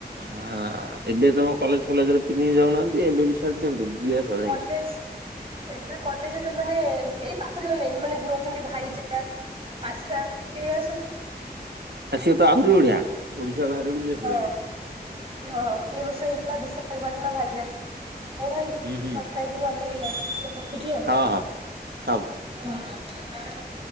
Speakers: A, on the right (about 80°); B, on the right (about 35°).
A: ହଁ ଏବେ ତମ କଲେଜ୍ ଫଲେଜ୍ରେ ପିକ୍ନିକ୍ ଯାଉନାହାନ୍ତି ଏବେ ବି ଛାଡି ଦିଅନ୍ତୁ। ବୁଲି ଆସ ଯାଇକି।
B: କଲେଜ୍। ଏବେ କଲେଜ୍ ତ ମାନେ ଏଇ ପାଖରେ ଗଲେ ମାନେ ନଉଚନ୍ତି ଭାଇ ଜୁହାକ୍। ଆସାମ୍ ଏଇଗୁରା ସବୁ।
A: ଆ ସିଏ ତ ଆହୁରି ବଢିଆ ଓଡିଶା ବାହାରେ ବୁଲିଆସିବ
B: ହଁ।
A: ଯାଇଁକି।
B: ହଁ, ଏ ବର୍ଷ ହେଇଥିଲା ବିଶାଖାପାଟଣ ଭାଇଜୁହାକ୍। ହଁ ଭାଇ
A: ହୁଁ ହୁଁ।
B: କଥା ହେ ହେଇକି ଭଲ ଲାଗିଲା ରଖୁଚି ଆଉ
A: ହଁ ହଁ ହଉ।
B: ହୁଁ।